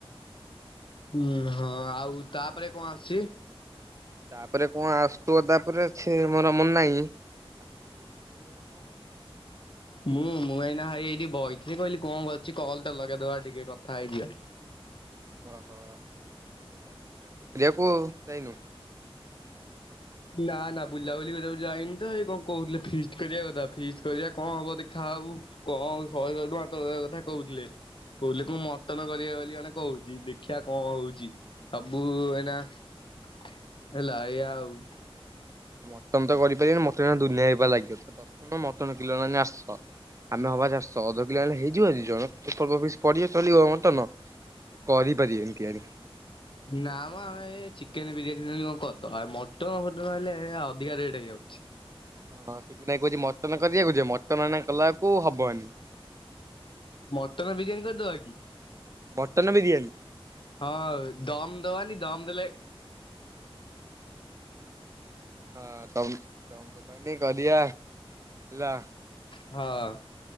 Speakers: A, on the left; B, on the right.
A: ଉଁ ହଁ ଆଉ ତାପରେ କଣ ଆସୁଛି?
B: ତାପରେ କଣ ଆସୁଥିବ, ତାପରେ ସେ ମୋର ମନ ନାହିଁ ।
A: ମୁଁ, ମୁଁ ଏଇନା ହେ ଏଇ ବଇ ସେରେ କହିଲି କଣ କରଛି କଲ ଟା ଲଗେଇଦବା ଟିକେ କଥା ହେଇଯିବା।
B: ଓହୋ କ ଯାଇନୁ?
A: ନା ନା ବୁଲାବୁଲି କରିବାକୁ ଯାଇନି ତ । ଏଇ କଣ କହୁଥିଲେ, ଫିଷ୍ଟ୍ କରିବା କଥା ଫିଷ୍ଟ୍ କରିବା କଣ ହବ ଦେଖାହବ। କଣ ଶହେ ଶହ ଟଙ୍କା କରିବା କଥା କହୁଥିଲେ। କହିଲ କ ମଟନ କରିବା ବୋଲି କଣେ କହୁଛି। ଦେଖିବା କଣ ହଉଛି? ସବୁ ଏଇନା ହେଲା ।ଏଆ ଆଉ।
B: ମଟନ ତ କରିପାରିବନି, ମଟନ ଦୁନିଆ ହେଇବା <unintelligible> ଲାଗିବ । ମଟନ କିଲୋ ହେଲାନି ଆଠଶହ। ଆମେ ହବା ଚାରିଶହ ଅଧ କିଲୋ ହେଲେ ହେଇଯିବ ଯେ, <unintelligible> କରି ପାରିବେ କି କେଜାଣି?
A: ନା ଆମେ ଚିକେନ ବିରିୟାନୀ କଣ କରିଦବା, ଆ ମଟନ୍ ଫଟନ ହେଲେ ଅଧିକା ରେଟ୍ ହେଇଯାଉଛି। <inaudible>
B: ହଁ । ନାଇଁ କହୁଛି ମଟନ କରିବାକୁ ଯ ମଟନ କଲାକୁ ହବନି।
A: ମଟନ ବିରିୟାନି କରିଦବା କି?
B: ମଟନ ବିରିୟାନୀ
A: ହଁ ଦମ ଦବାନି, ଦମ ଦେଲେ
B: ହଁ ତମ ତମ ଦୋକାନୀ କରିବା ହେଲା।
A: ହଁ।